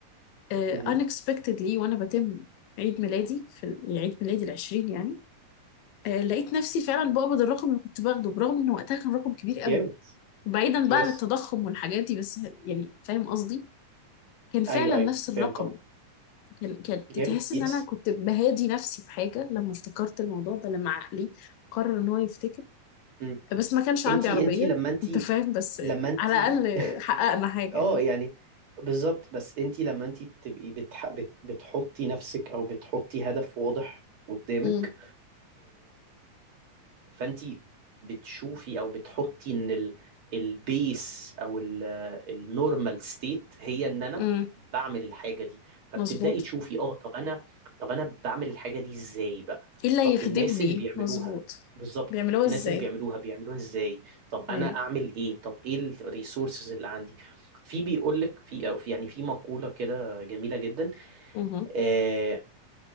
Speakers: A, on the left (about 85°); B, on the right (about 50°).
A: آه،
B: امم
A: unexpectedly وانا بتم عيد ميلادي في ال- يعني عيد ميلادي ال 20 يعني آه، لقيت نفسي فعلا بقبض الرقم اللي كنت باخده برغم ان وقتها كان رقم كبير
B: جامد
A: قوي وبعيدا
B: يس
A: بقى عن التضخم والحاجات دي بس يعني فاهم قصدي كان فعلا
B: ايوه ايوه
A: نفس الرقم
B: فاهم طبعا
A: كان كانت
B: جامد
A: تحس
B: يس
A: ان انا كنت بهادي نفسي بحاجه لما افتكرت الموضوع ده لما عقلي قرر ان هو يفتكر
B: امم
A: بس ما كانش عندي
B: انتي
A: عربية
B: انتي لما انتي
A: انت فاهم بس
B: لما انتي
A: على الأقل حققنا
B: <laughs>
A: حاجة
B: اه
A: يعني
B: يعني بالظبط بس انتي لما انتي تبقي بتح... بت... بتحطي نفسك او بتحطي هدف واضح قدامك
A: امم
B: فانت بتشوفي او بتحطي ان ال البيس او النورمال ستيت هي ان انا
A: امم
B: بعمل الحاجه دي فبتبداي
A: مظبوط
B: تشوفي اه طب انا طب انا بعمل الحاجه دي ازاي بقى
A: ايه اللي
B: طب
A: يخدمني
B: الناس اللي بيعملوها
A: مظبوط
B: بالظبط
A: بيعملوها
B: الناس
A: ازاي
B: اللي بيعملوها بيعملوها ازاي طب
A: ايوه
B: انا اعمل ايه طب ايه الريسورسز اللي عندي في بيقول لك في او في يعني في مقوله كده جميله جدا
A: امم
B: آه